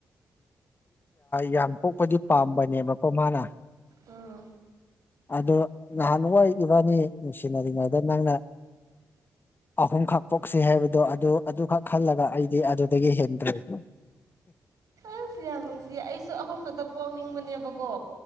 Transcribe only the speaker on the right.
ꯑꯣ
ꯌꯥꯝꯪꯁꯨ ꯌꯥꯝ ꯅꯨꯡꯁꯤꯌꯦ ꯑꯩꯁꯨ ꯑꯍꯨꯝ ꯈꯛꯇ ꯄꯣꯛꯅꯤꯡꯕꯅꯦꯕꯀꯣ